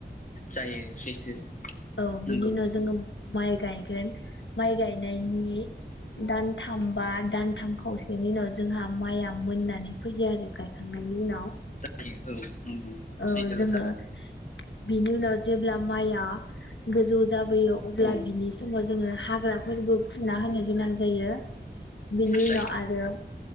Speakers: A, on the left; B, on the left.
A: जायो सैथो।
B: औ बिनि
A: नंगौ
B: उनाव जोङो माइ गायगोन। माइ गायनायनि दानथाम बा दानथाम खावसेनि उनाव जोंहा माइआ मोननानै फैयो आरो गायखांनायनि उनाव।
A: फैयो औ। नंगौ
B: औ
A: सैथो
B: जोङो
A: खोथा
B: बिनि उनाव जेब्ला माइआ गोजौ जाबोयो अब्ला
A: औ
B: बिनि समाव जोङो हाग्राफोरबो फुना होनो गोनां जायो बिनि
A: जायो
B: उनाव आरो
A: औ